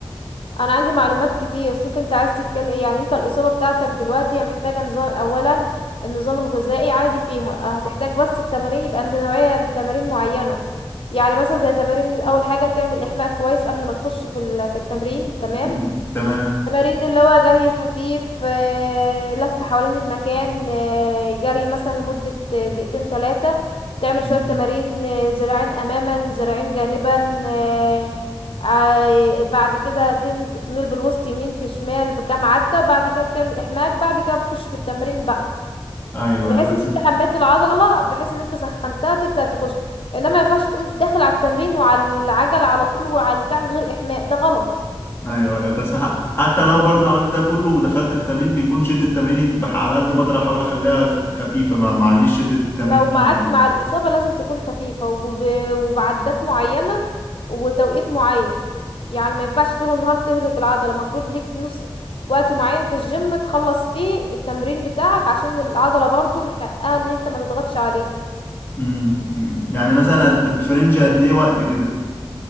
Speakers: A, on the left; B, on the left.
A: انا عندي معلومات كتير شوف انت عايز تتكلم ايه يعني انت الاصابه بتاعتك دلوقتي هي محتاجه نظام اولا النظام الغذائي عادي فيها هتحتاج بس التمارين يبقى عند نوعيه من تمارين معينه يعني مثلا زي تمارين اول حاجه تعمل احماء كويس قبل ما تخش في ال- في التمرين تمام
B: مم. تمام
A: تمارين اللي هو جري خفيف آه، لف حوالين المكان آه، جري مثلا لمدة دقيقتين ثلاثة تعمل
B: مم.
A: شوية تمارين آه، ذراعين أماما ذراعين جانبا آه، آه، بعد كده تنز- تميل بالوسط يمين في شمال بكام عدة بعد كده بتعمل إحماك بعد كده بتخش في التمرين بقى
B: ايوه
A: بحيث
B: أيوة. بس
A: ان انت حميت العضلة بحيث ان انت سخنتها تبدأ تخش انما ما ينفعش تقوم داخل على التمرين وعلى العجل على طول وعلى بتاع من غير إحماء ده غلط
B: ايوه ايوه بس ح- حتى لو برضو عملت ده كله ودخلت في التمرين بيكون شده تمريني بح- على قد ما اقدر احاول اخليها خ- خفيفه ما معليش شده التمرين
A: لو معاك
B: قوي عليا.
A: مع الإصابة لازم تكون خفيفة وب... وبعدات معينة وتوقيت معين يعني ما ينفعش طول النهار تهرق العضلة المفروض ليك نص وقت معين في الجيم تخلص فيه التمرين بتاعك عشان العضلة برضو محققة ان انت ما تضغطش عليها
B: امم أمم. يعني مثلا قد- في رينج قد ايه وقت كده